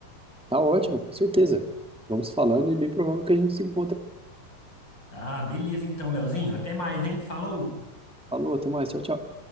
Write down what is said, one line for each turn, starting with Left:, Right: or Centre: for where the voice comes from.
Centre: Tá ótimo, com certeza. Vamos falando e bem provável que a gente se encontre.
Left: Ah, beleza então, Leozinho, até mais, hein? Falou!
Centre: Falou, até mais, tchau, tchau.